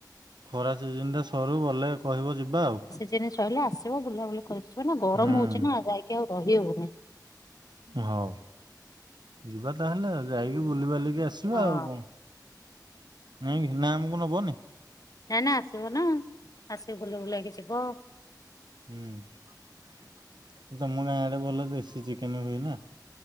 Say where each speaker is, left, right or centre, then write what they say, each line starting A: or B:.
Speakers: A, on the right; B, on the left.
A: ଖରା ସିଜିନଟା ସରୁ ଗଲେ କହିବ ଯିବା ଆଉ।
B: ସିଇଲେ ଆସିବ ବୁଲାବୁଲି କରିିଯିବ ନା ଗରମ
A: ହୁଁ
B: ହଉଛି ନା ଯାଇକି ଆଉ ରହିହଉନି।
A: ହଉ ଯିବା ତାହେଲେ ଆଉ ଯାଇକି ବୁଲିବାଲିକି ଆସିବା
B: ହଁ
A: ଆଉ କଣ। ନାଇଁକି ନା ଆମକୁ ନବନି।
B: ନାଇଁ ନାଇଁ ଆସିବ ନା ଆସିକି ବୁଲି ବୁଲାକି ଯିବ।
A: ହୁଁ ତମ ଗାଁ ଆଡେ ଭଲ ଦେଶୀ ଚିକେନ ହୁଏ ନା।